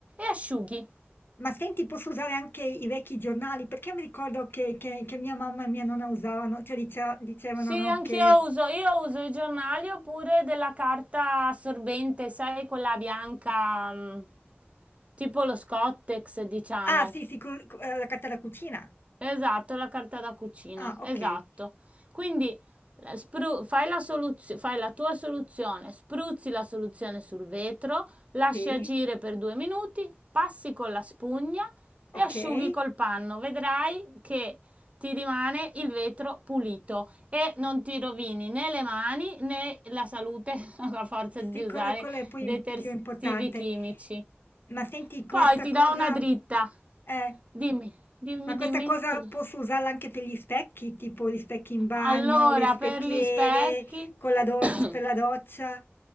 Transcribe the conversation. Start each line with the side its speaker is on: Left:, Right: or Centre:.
Right: asciughi.
Left: Ma senti, posso usare anche i vecchi giornali? Perché mi ricordo che che che mia mamma e mia nonna usavano, cioè dicea dicevano,
Right: Sì,
Left: no,
Right: anch'io
Left: che
Right: uso, io uso i giornali oppure della carta assorbente, sai, quella bianca, mm, tipo lo Scottex, diciamo.
Left: ah, sì, sì, co co ehm, la carta da cucina.
Right: Esatto, la carta da cucina,
Left: Ah, okay.
Right: esatto. Quindi la- spru- fai la soluz- fai la tua soluzione, spruzzi la soluzione sul vetro, lasci
Left: Sì,
Right: agire per due minuti, passi con la spugna e
Left: okay.
Right: asciughi col panno. Vedrai che ti rimane il vetro pulito e non ti rovini né le mani né la salute <laughs> a forza di
Left: Sì,
Right: usare
Left: quello, quello è poi
Right: detersivi
Left: im- più importante.
Right: chimici.
Left: Ma senti, questa
Right: Poi ti
Left: cosa,
Right: do una dritta.
Left: eh,
Right: Dimmi, dimmi,
Left: ma questa
Right: dimmi
Left: cosa
Right: cosa.
Left: posso usarla anche per gli specchi, tipo gli specchi in bagno,
Right: Allora,
Left: le specchiere
Right: per gli specchi,
Left: con la doc-
Right: <coughs>
Left: per la doccia.